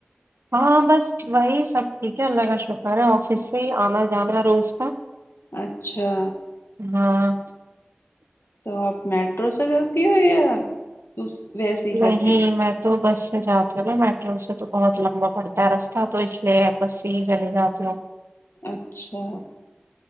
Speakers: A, on the right (about 80°); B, on the left (about 80°).
A: ہاں بس وہی سب ٹھیک کیا اللہ کا شکر ہے آفس سے ہی آنا جانا ہے روز کا
B: اچھا
A: ہاں
B: تو آپ میٹرو سے کرتی ہو یا ویسے ہی
A: نہیں
B: کرتی ہو
A: میں تو بس سے جاتی ہوں نا میٹرو سے تو بہت لمبا پڑتا ہے رستہ تو اس لیے بس سے ہی چلی جاتی ہوں
B: اچھا